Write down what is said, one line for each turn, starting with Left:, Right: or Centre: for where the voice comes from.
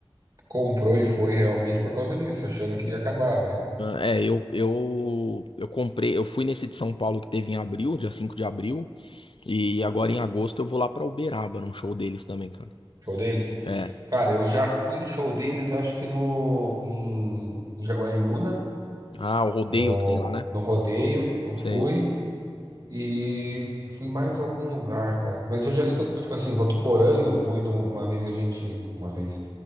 Right: comprou e foi realmente por causa disso, achando que ia acabar, velho.
Left: É, eu, eu, eu comprei, eu fui nesse de São Paulo que teve em abril, dia 5 de abril, e agora em agosto eu vou lá pra Uberaba, num show deles também, cara.
Right: Show deles.
Left: É.
Right: Cara, eu já fui em show deles, acho que no em, em Jaguariúna,
Left: Ah, o rodeio
Right: no
Left: que tem lá, né?
Right: no rodeio, eu fui.
Left: Sei.
Right: E fui mais a algum lugar, cara. Mas eu já escuto, tipo assim, Votuporanga, eu fui no, uma vez a gente, uma vez,